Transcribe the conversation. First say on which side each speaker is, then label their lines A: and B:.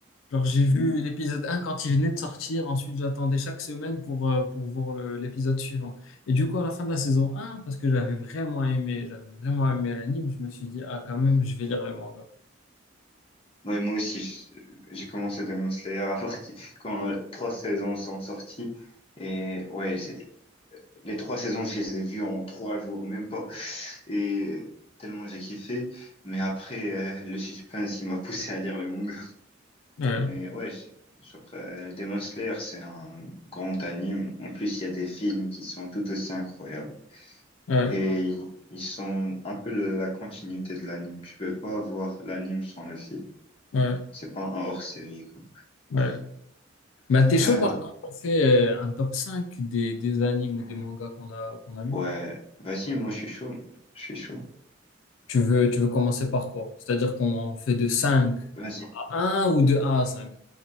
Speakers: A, on the left; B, on the left.
A: genre, j'ai vu l'épisode un quand il venait de sortir. Ensuite, j'attendais chaque semaine pour, euh, pour voir le- l'épisode suivant. Et du coup, à la fin de la saison un, parce que j'avais vraiment aimé, j'avais vraiment aimé l'anime, je me suis dit, ah, quand même, je vais lire le manga.
B: Ouais, moi aussi, je- j'ai commencé Demon Slayer à partir quand euh, trois saisons sont sorties. Et ouais, j'ai- les trois saisons, je les ai vues en trois jours, même pas. Et tellement j'ai kiffé. Mais après, euh, le suspense, il m'a poussé à lire le manga.
A: Ouais,
B: Mais ouais, j'ai- genre, euh, Demon Slayer, c'est un grand anime. En plus, il y a des films qui sont tout aussi incroyables.
A: ouais,
B: Et ils sont un peu le- la continuité de l'anime. Tu peux pas avoir l'anime sans le film.
A: ouais.
B: C'est pas un hors-série, quoi.
A: ouais. Bah, t'es chaud,
B: Euh,
A: par exemple, on fait euh, un top 5 des, des animes ou des mangas qu'on a, qu'on a lus.
B: ouais, vas-y, moi je suis chaud. Je suis chaud.
A: Tu veux, tu veux commencer par quoi? C'est-à-dire qu'on fait de cinq
B: Vas-y.
A: à un ou de un à 5.